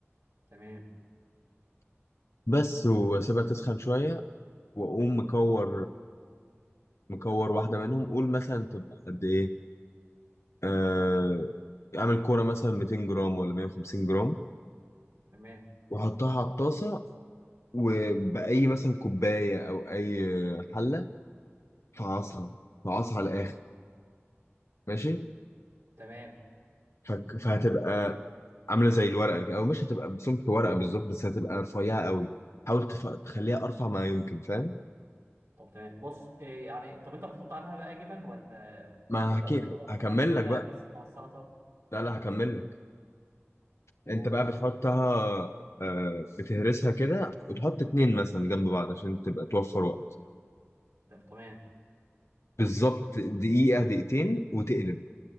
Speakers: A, on the right; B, on the left.
A: تمام
B: بس واسيبها تسخن شويه واقوم مكور مكور واحده منهم قول مثلا تبقى قد ايه آه... اعمل كوره مثلا 200 جرام ولا 150 جرام
A: تمام
B: واحطها على الطاسه وباي مثلا كوبايه او اي حله فعصها فعصها على الاخر ماشي
A: تمام
B: فك- فهتبقى عامله زي الورقه كده، او مش هتبقى بسمك ورقه بالظبط بس هتبقى رفيعه قوي حاول تف... تخليها ارفع ما يمكن فاهم
A: طب تمام بص إيه يعني طب انت بتحط عليها بقى جبن ولا
B: ما
A: ولا
B: هحكي
A: بتحطها مثلا
B: هكمل
A: ساده
B: لك بقى
A: بس مع السلطه
B: لا لا هكمل لك انت
A: قول
B: بقى بتحطها آه، بتهرسها كده وتحط اتنين مثلا جنب بعض عشان تبقى توفر وقت
A: طب تمام
B: بالظبط دقيقه دقيقتين وتقلب